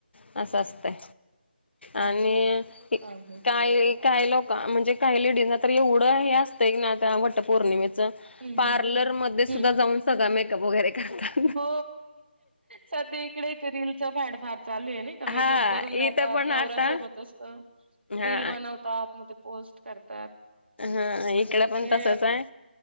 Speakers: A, on the left; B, on the right.
A: असं असतंय आणि
B: अच्छा. हां, हां.
A: काय काही लोक म्हणजे काही लेडीज ना तर एवढं हे असतंय ना त्या वटपौर्णिमेचं
B: हं,
A: पार्लरमध्ये
B: हं. हं.
A: सुद्धा जाऊन सगळळा मेकअप वगैरे करतात.
B: हो सध्या इकडे ते रीलीलचं भॅड फार चालू आहे ना. मेकअप
A: हा
B: करून दातात
A: इथं पण आता
B: नवऱ्या सोबत असत
A: हा
B: रील बनवतात म पोस्ट करतात
A: हा
B: इकडे
A: पण तसच आहे.